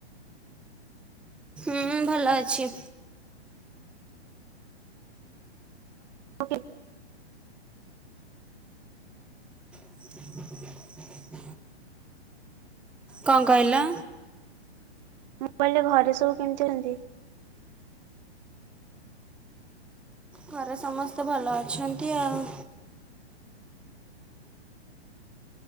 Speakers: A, in the centre; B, on the right.
A: ହୁଁ ଭଲ ଅଛି।
B: ଓକେ।
A: <unintelligible> କଣ କହିଲ?
B: ମୁଁ କହିଲେ ଘରେ ସବୁ କେମିତି ଅଛନ୍ତି?
A: ଘରେ ସମସ୍ତେ ଭଲ ଅଛନ୍ତି ଆଉ।